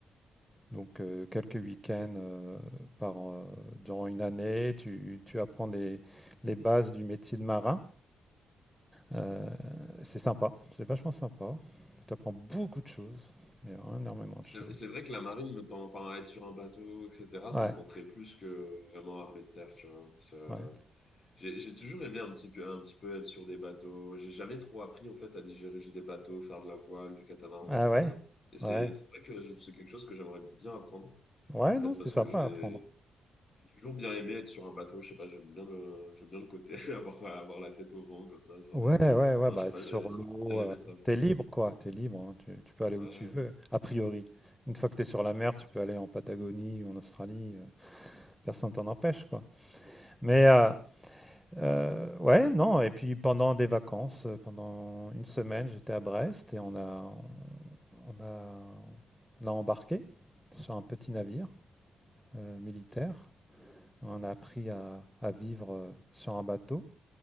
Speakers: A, in the centre; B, on the left.
A: Donc euh, quelques week-ends euh, par, an- euh, durant une année, tu, tu apprends les, les bases du métier de marin. Euh, c'est sympa, c'est vachement sympa. Tu apprends beaucoup de choses, mais vraiment énormément de
B: C'est
A: choses.
B: c'est vrai que la marine me tend, enfin, être sur un bateau, etc.,
A: Ouais,
B: ça me tenterait plus que vraiment armée de terre, tu vois. Ça-
A: ouais.
B: J'ai j'ai toujours aimé un petit peu, un petit peu être sur des bateaux. J'ai jamais trop appris, en fait, à diriger des bateaux, faire de la voile, du catamaran,
A: Ah
B: des trucs
A: ouais,
B: comme ça. Et c'est
A: ouais.
B: c'est vrai que je- c'est quelque chose que j'aimerais bien apprendre, en
A: Ouais, non,
B: fait,
A: c'est
B: parce
A: sympa
B: que j'ai
A: à apprendre.
B: j'ai toujours bien aimé être sur un bateau. Je sais pas, j'aime bien le, j'aime bien le côté, <laughs> avoir, avoir la tête au vent, comme ça, sur
A: Ouais,
B: les...
A: ouais, ouais,
B: Hein,
A: bah
B: je sais pas,
A: sur
B: j'ai
A: l'eau,
B: j'ai toujours bien
A: euh,
B: aimé ça.
A: t'es libre quoi, t'es libre, hein, tu, tu peux aller où
B: Ouais.
A: tu veux, a priori. Une fois que t'es sur la mer, tu peux aller en Patagonie ou en Australie, euh, personne t'en empêche quoi. Mais euh,
B: <laughs>
A: euh, ouais, non, et puis pendant des vacances, euh, pendant une semaine, j'étais à Brest et on a, on a On a embarqué sur un petit navire euh, militaire. On a appris à, à vivre euh, sur un bateau.